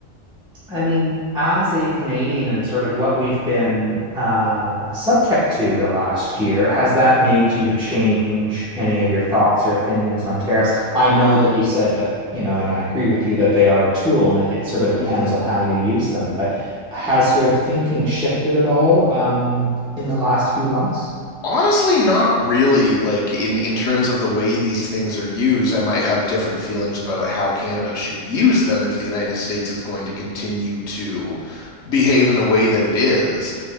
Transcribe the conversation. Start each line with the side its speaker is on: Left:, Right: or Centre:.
Centre: I mean, as a Canadian and sort of what we've been uh, subject to the last year, has that made you change any of your thoughts or opinions on tariffs? I know that you said that, you know, and I agree with you that they are a tool and it, it sort of depends
Left: hmm
Centre: on how you use them, but has your thinking shifted at all um, in the last few months?
Left: Honestly, not really. Like in in terms of the way these things are used, I might have different feelings about how Canada should use them if the United States is going to continue to behave in the way that it is.